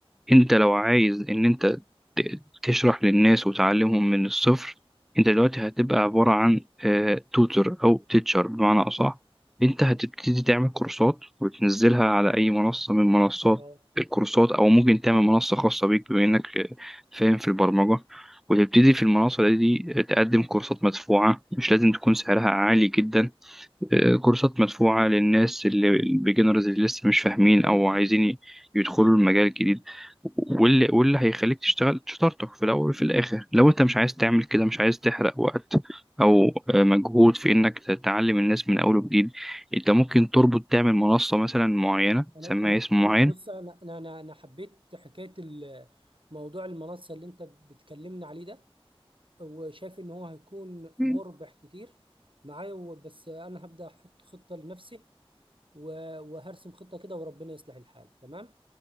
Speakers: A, in the centre; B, on the right.
A: انت لو عايز ان انت ت- تشرح للناس وتعلمهم من الصفر انت دلوقتي هتبقى عبارة عن توتر او تيتشر بمعنى اصح انت هتبتدي تعمل كورسات وتنزلها على اي منصة من منصات
B: اه
A: الكورسات او ممكن تعمل منصة خاصة بيك بما انك آه، فاهم في البرمجة وتبتدي في المنصة دي آه، تقدم كورسات مدفوعة مش لازم تكون سعرها عالي جدا كورسات مدفوعة للناس اللي البيجنرز اللي لسه مش فاهمين
B: انا فهمت
A: أو عايزين ي- يدخلوا المجال الجديد
B: مم.
A: واللي واللي هيخليك تشتغل شطارتك في الأول وفي الآخر لو أنت مش عايز تعمل كده مش عايز تحرق وقت أو آه، مجهود في إنك تتعلم الناس من أول وجديد أنت ممكن تربط تعمل منصة مثلا معينة
B: انا
A: تسميها
B: انا
A: اسم
B: انا
A: معين
B: بص انا انا انا أنا حبيت حكايه ال- موضوع المنصه اللي انت بتكلمني عليه ده وشايف ان هو هيكون
A: مم.
B: مربح كتير معايا و- بس انا هبدأ احط خطة لنفسي و- وهرسم خطة كده وربنا يصلح الحال تمام